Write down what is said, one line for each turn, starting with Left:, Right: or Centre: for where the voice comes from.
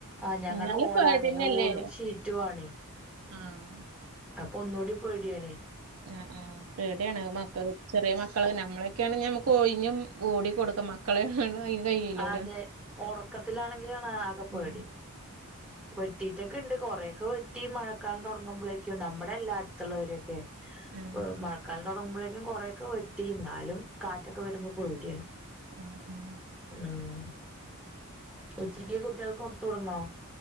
Centre: ആഹ് ഞങ്ങളടെ
Right: എന്നാലും
Centre: ഓടാണേ
Right: പേടിയന്നല്ലേ
Centre: ഓടും ഷീറ്റും ആണേ
Right: ആഹ്
Centre: അപ്പൊ ഒന്നുകൂടി പേടിയാണേ
Right: ആഹ് ആഹ് പേടിയാണ് മക്ക ചെറിയ മക്കള് നമ്മളൊക്കെയാണെ നമുക്ക് ഒഴിഞ്ഞും ഓടി കൊടുക്ക മക്കളാണ് അയിന് കഴിയില്ലല്ലോ
Centre: അതെ ഉറക്കത്തിലാണെങ്കിലാണ് ആകെ പേടി
Right: ഉം
Centre: വെട്ടിട്ടൊക്കെ ഉണ്ട് കൊറെയൊക്കെ വെട്ടി മഴക്കാലം തുടങ്ങുമ്പോളേക്കും നമ്മുടെ അല്ലാ അടുത്തുള്ളവര് ഏ
Right: ആഹ്
Centre: മഴക്കാലം തൊട ങ്ങുമ്പളേക്കും കുറെയൊക്കെ വെട്ടി എന്നാലും കാറ്റൊക്കെ വരുമ്പോ പേടിയാണ്
Right: ആഹ് ആഹ്
Centre: ഉം ഉച്ചക്ക് കുട്ടികൾക്ക് കൊടുത്ത് വിടണോ